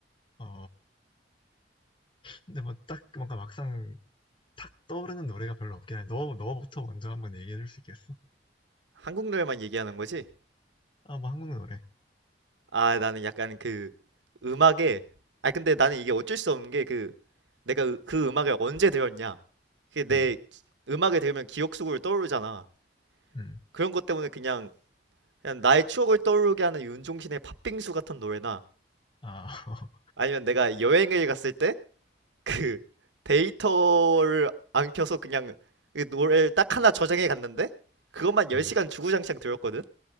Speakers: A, on the left; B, on the right.
A: 어 근데 뭐 딱 뭔가 막상 탁 떠오르는 노래가 별로 없긴 해. 너 너부터 먼저 한번 얘기해 줄 수 있겠어?
B: 한국 노래만 얘기하는 거지?
A: 아 뭐 한국 노래.
B: 아 나는 약간 그 음악에 아 근데 나는 이게 어쩔 수 없는 게 그 내가 으- 그 음악을 언제 들었냐 그게 내
A: 음.
B: 기- 음악을 들으면 기억 속으로 떠오르잖아
A: 음.
B: 그런 것 때문에 그냥 그냥 나의 추억을 떠오르게 하는 윤종신의 팥빙수 같은 노래나
A: 아. <laughs> 어,
B: 아니면 내가 여행을 갔을 때 그 데이터를 안 켜서 그냥 그 노래를 딱 하나 저장해 갔는데 그것만 10시간
A: 음.
B: 주구장창 들었거든.